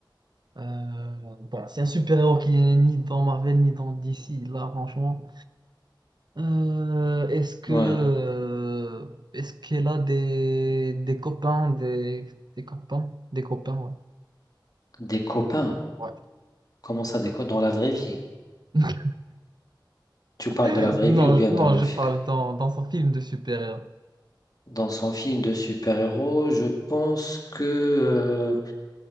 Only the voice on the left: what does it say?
Ouais.
Des copains.
Comment ça, des copains Dans la vraie vie.
Tu parles
de la vraie
vie ou bien
dans le
film?
Dans son film de super-héros, je pense que euh,